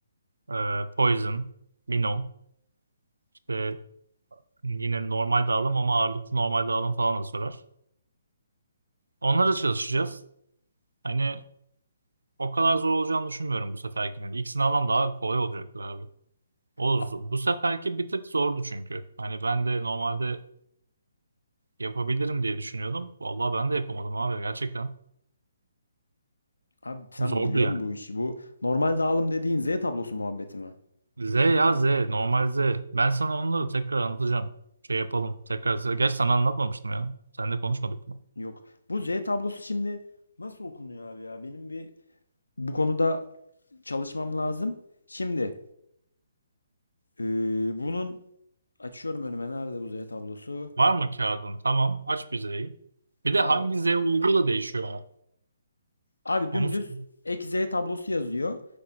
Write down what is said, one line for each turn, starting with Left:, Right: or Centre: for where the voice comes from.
Right: e, Poison, Binom, işte yine normal dağılım ama ağırlıklı normal dağılım falan da sorar. Onlara çalışacağız. Hani o kadar zor olacağını düşünmüyorum bu seferkinin. İlk sınavdan daha kolay olacaktır abi. O,
Left: A-
Right: z- bu seferki bir tık zordu çünkü. Hani ben de normalde yapabilirim diye düşünüyordum. Vallahi ben de yapamadım abi gerçekten.
Left: Abi sen
Right: Zordu
Left: biliyorsun
Right: yani.
Left: bu işi. Bu normal dağılım dediğin Z tablosu muhabbeti mi?
Right: Z ya Z, normal Z. Ben sana onları tekrar anlatacağım. Şey yapalım. Tekrar. Gerçi sana anlatmamıştım ya. Seninle konuşmadık.
Left: Yok. Bu Z tablosu şimdi nasıl okunuyor abi ya? Benim bir bu konuda çalışmam lazım. Şimdi eee, bunun Açıyorum önüme. Nerede bu Z tablosu?
Right: Var mı kağıdın? Tamam. Aç bir Z'yi. Bir
Left: Var
Right: de hangi
Left: var.
Right: Z uygu da değişiyor ama.
Left: Abi
Right: Onu
Left: dümdüz
Right: sor.
Left: ek Z tablosu yazıyor.